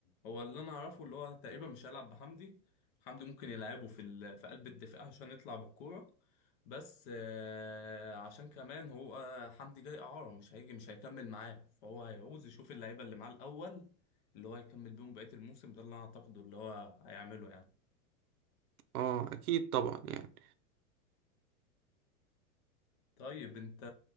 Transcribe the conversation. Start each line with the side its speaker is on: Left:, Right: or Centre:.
Left: هو اللي انا اعرفه اللي هو تقريبا مش هيلعب بحمدي حمدي ممكن يلعبه في ال... في قلب الدفاع عشان يطلع بالكوره بس آه، عشان كمان هو آه، حمدي جاي اعاره مش هيجي مش هيكمل معاه فهو هيعوز يشوف اللعيبه اللي معاه الاول اللي هو يكمل بيهم بقيه الموسم ده اللي انا اعتقده اللي هو هيعمله يعني
Right: اه اكيد طبعا يعني
Left: طيب انت